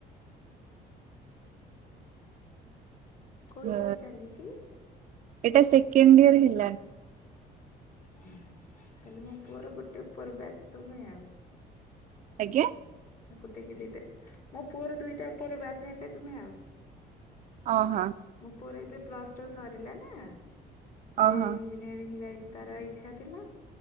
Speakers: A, on the left; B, on the right.
A: କଉ ଇଅର
B: ଅ
A: ଚାଲିଚି।
B: ଏଇଟା ସେକେଣ୍ଡ ଇୟର ହେଲା।
A: ହୁଁ ତାହେଲେ ମୋ ପୁଅର ଗୋଟେ ଉପର ବ୍ୟାଚ ତୁମେ ଆଉ।
B: ଆଜ୍ଞା?
A: ଗୋଟେ କି ଦିଟା ମୋ ପୁଅର ଦୁଇଟା ଉପର ବ୍ୟାଚ ହେଇଥିବ ତୁମେ ଆଉ।
B: ଅହୋ
A: ମୋ ପୁଅର ଏବେ ପ୍ଲସ ଟୁ ସରିଲା ନା ସିଏ
B: ଅହୋ
A: ଇଞ୍ଜିନିୟରିଂ ଲାଇନ୍ ତାର ଇଚ୍ଛା ଥିଲା।